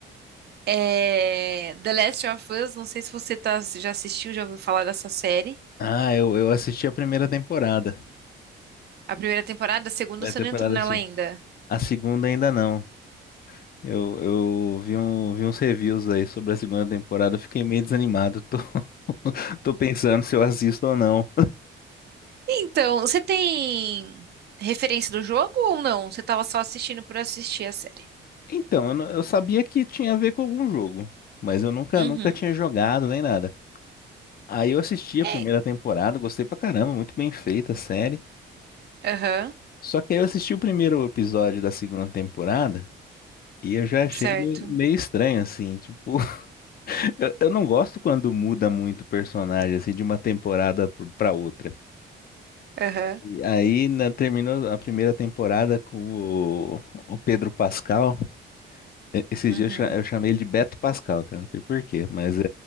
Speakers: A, on the right (about 55°); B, on the left (about 50°).
A: É The Last of Us, não sei se você tá, já assistiu, já ouviu falar dessa série.
B: Ah, eu, eu assisti a primeira temporada.
A: A primeira temporada, a segunda
B: Primeira
A: você
B: temporada,
A: não entrou nela
B: sim.
A: ainda.
B: A segunda ainda não. Eu, eu vi, um, vi uns reviews aí sobre a segunda temporada, eu fiquei meio desanimado. Tô, <laughs> tô pensando se eu assisto ou não.
A: Então, você tem referência do jogo ou não? Você tava só assistindo por assistir a série?
B: Então, eu, não- eu sabia que tinha a ver com algum jogo, mas eu nunca,
A: Uhum.
B: nunca tinha jogado nem nada. Aí eu assisti a
A: É,
B: primeira temporada, gostei pra caramba, muito bem feita a série.
A: Aham,
B: Só que aí eu assisti o primeiro episódio da segunda temporada e eu já achei
A: certo.
B: meio, meio estranho, assim, tipo, <laughs> eu, eu não gosto quando muda muito o personagem, assim, de uma temporada pro- pra outra.
A: Aham,
B: E aí na- terminou a primeira temporada com o, o Pedro Pascal. E- Esse
A: uhum,
B: dia eu, cha- eu chamei ele de Beto Pascal, cara. Não sei por quê, mas é,